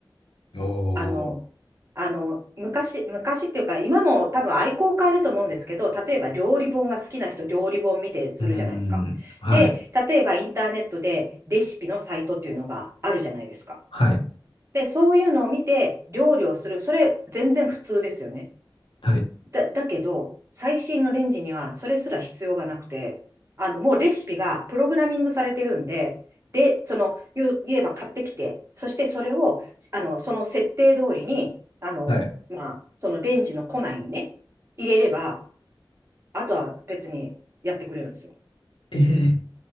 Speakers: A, on the left; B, on the right.
A: お
B: あの、
A: ー。
B: あの、昔、昔っていうか、今も多分愛好を変えると思うんですけど、例えば料理本が好きな人、料理本見てするじゃないですか。
A: うーん。はい。
B: で、例えばインターネットでレシピのサイトっていうのがあるじゃないですか。
A: はい。
B: で、そういうのを見て料理をする、それ全然普通ですよね。
A: はい。
B: だ、だけど、最新のレンジにはそれすら必要がなくて、あの、もうレシピがプログラミングされてるんで、で、その、言う言えば買ってきて、そしてそれを、あの、その設定通りに、あの、
A: はい。
B: まあ、そのレンジの庫内にね、入れれば、あとは別にやってくれるんですよ。
A: ええ